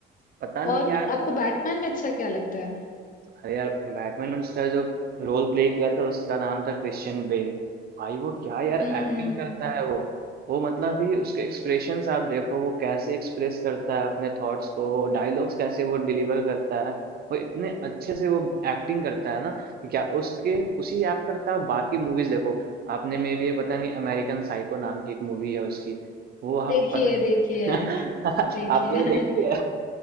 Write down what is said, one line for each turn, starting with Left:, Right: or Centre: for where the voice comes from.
Right: पता नहीं
Left: और
Right: यार
Left: आपको बैटमैन में अच्छा क्या लगता है?
Right: अरे यार बैटमैन में उसका जो रोल प्ले किया था उसका नाम था क्रिश्चियन बेल भाई वो क्या यार
Left: हम्म
Right: एक्टिंग करता है वो वो मतलब ही उसके एक्सप्रेशंस आप देखो वो कैसे एक्सप्रेस करता है अपने थॉट्स को डायलॉग्स कैसे वो डिलीवर करता है वो इतने अच्छे से वो एक्टिंग करता है ना कि क्या उसके उसी एक्टर का बाकी मूवीज देखो आपने मे भी ये पता नहीं अमेरिकन साइको नाम की एक मूवी है उसकी वो आप
Left: देखिए
Right: पता नहीं
Left: देखिए
Right: <laughs>
Left: देखिए
Right: आपने वो
Left: <laughs>
Right: देखी है